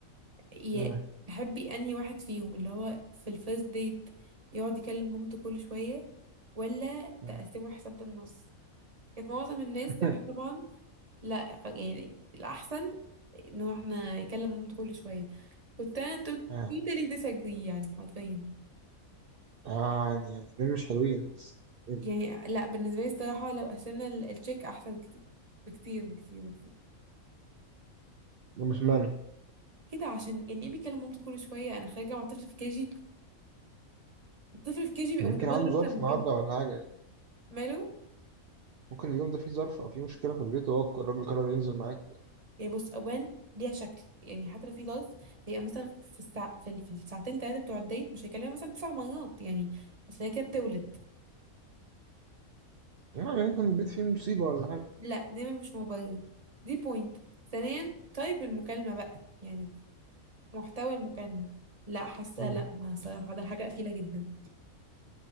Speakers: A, on the right; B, on the right.
A: ي-
B: مم.
A: تحبي انهي واحد فيهم اللي هو في الفيرست ديت يقعد يكلم مامته كل شوية ولا
B: مم.
A: تقسموا الحساب بالنص كانت معظم الناس
B: <laughs>
A: صح- طبعا لا خ- يعني الأحسن انه احنا يكلم مامته كل شوية كنت انا
B: آه.
A: توتالي ديساجري يعني حرفيا
B: يعني الاثنين مش حلوين بس ايه ده
A: يعني لا بالنسبة لي الصراحة لو قسمنا ال- التشيك أحسن بكتير بكتير بكتير بكتير
B: ده مش معنى
A: كده عشان يعني ايه بيكلم مامته كل شوية أنا خارجة مع طفل في كيجي الطفل في كيجي بيبقى
B: يمكن
A: متمرد
B: عنده ظرف
A: أكتر من
B: النهارده
A: كده
B: ولا حاجه
A: ماله
B: ممكن اليوم ده فيه ظرف او فيه مشكله في البيت وهو الراجل قرر ينزل معاك يعني,
A: يعني بص اوان ليها شكل يعني حتى لو في ظرف هي مثلا في الساعة في, ال- في الساعتين ثلاثه بتوع الديت مش هيكلمها مثلا تسع مرات يعني اصل هي كده بتولد
B: يعني ممكن البيت فيه مصيبه ولا حاجه
A: لا دي مش مبرر دي بوينت ثانيا طيب المكالمه بقى يعني محتوى المكالمه لا حاسه
B: مم.
A: لا ما صراحه ده حاجه قفيله جدا